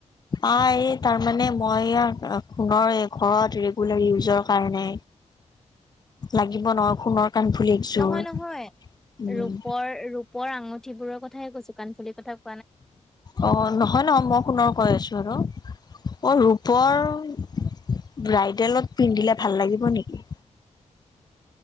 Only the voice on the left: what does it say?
আ এই তাৰ মানে মই ইয়াক সোনৰ ঘৰত ৰেগুলাৰ ইউজৰ কাৰণে। লাগিব ন সোণৰ কাণফুলি একযোৰ
উম
অ নহয় ন মই সোণৰ কৈ আছো। ধৰক, মই ৰূপৰ ব্ৰাইডেলত পিন্ধিলে ভাল লাগিব নেকি?